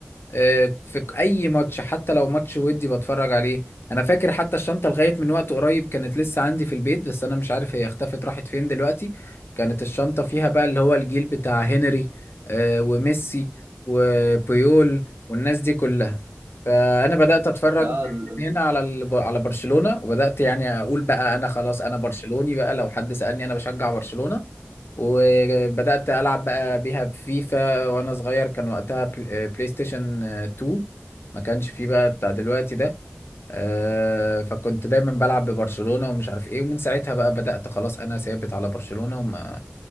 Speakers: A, on the left (about 65°); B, on the right (about 85°).
A: آه، في اي ماتش حتى لو ماتش ودي بتفرج عليه انا فاكر حتى الشنطه لغايه من وقت قريب كانت لسه عندي في البيت بس انا مش عارف هي اختفت راحت فين دلوقتي كانت الشنطه فيها بقى اللي هو الجيل بتاع هنري آه، وميسي وبيول والناس دي كلها فانا بدات اتفرج
B: آه
A: من
B: ال- ال-
A: هنا على ال- على برشلونه وبدات يعني اقول بقى انا خلاص انا برشلوني بقى لو حد سالني انا بشجع برشلونه وبدأت ألعب بقى بيها بفيفا وأنا صغير كان وقتها بل- بلاي ستيشن آه، 2 ما كانش فيه بقى بتاع دلوقتي ده آه، فكنت دايما بلعب ببرشلونة ومش عارف ايه ومن ساعتها بقى بدأت خلاص أنا ثابت على برشلونة وما